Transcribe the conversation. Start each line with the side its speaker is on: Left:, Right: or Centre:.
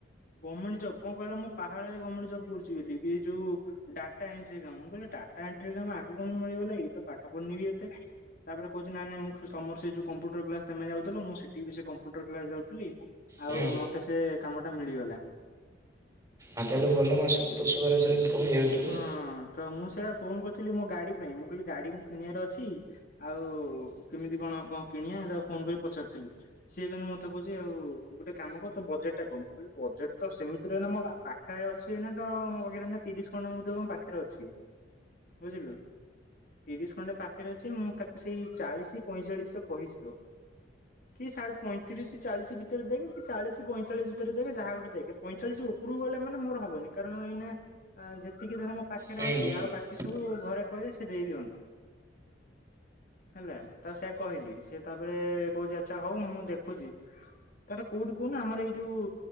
Left: ଗଭର୍ଣ୍ଣମେଣ୍ଟ ଜବ କଣ କହିଲ ମୁଁ ପାହାଳରେ ଗଭର୍ଣ୍ଣମଣ୍ଟ ଜବ କରୁଛି ବୋଲି ଆଇଯୋଉ ଡାଟାଏଣ୍ଟ୍ରି କାମ ମୁ କହିଲି ଡାଟା ଏଣ୍ଟ୍ରି କାମ ଆକୁ କଣ ମିଳିଗଲା ଇଏ ତ ପାଠ ପଢିନିବି ଏତେ ତାପରେ କହୁଛି ନାଇ ନାଇ ମୁଁ ତମର ସେ ଯୋ କମ୍ପୁଟର କ୍ଲାସ ତମେ ଯାଉଥିଲ ମୁଁ ସେଠି ବି ସେ କମ୍ପୁଟର କ୍ଲାସ ଯାଉଥିଲି ଆଉ
Right: ହୁଁ
Left: ମତେ ସେ କାମ ଟା ମିଳିଗଲା।
Right: ଆଉ ତାହଲଲେ ଭଲ ନା ସବୁ? <unintelligible> ଇନକମ୍ ହେଇଯାଇଥିବ।
Left: ହଁ ତ ମୁଁ ସେୟା ଫୋନ କରିଥିଲି ମୋ ଗାଡି ପାଇଁ ମୁଁ କହିଲି ଗାଡି ମୋର କିଣିବାର ଅଛି ଆଉ କେମିତି କଣ କଣ କିଣିବା ତାକୁ ଫୋନ କରି ପଚାରୁଥିଲି ସିଏ କିନ୍ତୁ ମତେ କହୁଛି ଆଉ ତୁ ଗୋଟେ କାମ କର ତୋ ବଜେଟଟା କହ ମୁଁ କହିଲି ବଜେଟ ତ ସେମିତି ନାହିଁ ମୋ ପାଖ ଅଛି ଏଇନାତ ତ ମୋ ପାଖରେ ଆଇ ନା ତିରିଶ ଖଣ୍ଡେ ବୋଧେ ମୋ ପାଖରେ ଅଛି ବୁଝିଲୁ ତିରିଶ ଖଣ୍ଡେ ପାଖରେ ଅଛି ମୁଁ ତାକୁ ସେଇ ଚାଳିଶ ପଇଁଚାଳିଶ କହିଛିତ କି ସାଢ଼େ ପଇଁତିରିଶ ଚାଳିଶ ଭିତରେ ଦେନେ କି ଚାଳିଶି ପାଇଞ୍ଚଳିଚି ଦେନେ ଯାହା ଗୋଟେ ଦେଖେ ପଇଁଚାଳିଶ ଉପରକୁ ଗଲେ ମାନେ ମୋର ହବନି କାରଣ ଏଇନା ଆ ଯେତିକି ଧର ମୋ ପାଖରେ
Right: ହୁଁ
Left: ଅଛି ଆଉ ବାକି ସବୁ ଘରେ କହିଲେ ସେ ଦେଇଦିଅନ୍ତେ ହେଲା ତ ସେଆ କହିଲି ସେ ତାପରେ କହୁଛି ଆଚ୍ଛା ହଉ ମୁଁ ଦେଖୁଛି ତାର କୋଉଠି କହୁନ ଆମର ଏଇ ଯୋଉ